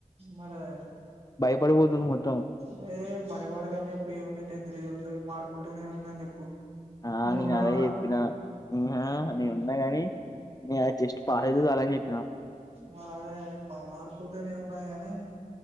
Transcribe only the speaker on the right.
మరే
హే బయపడకన్ చేప్పి ఎవరిని టెన్త్ రిజల్త్ మార్కులతోనే ఉందని చెప్పు
నువ్వు
ఉన్నావుగా
హ్మ్
మరి అదే పా మార్కులతోనే ఉన్నాది గానీ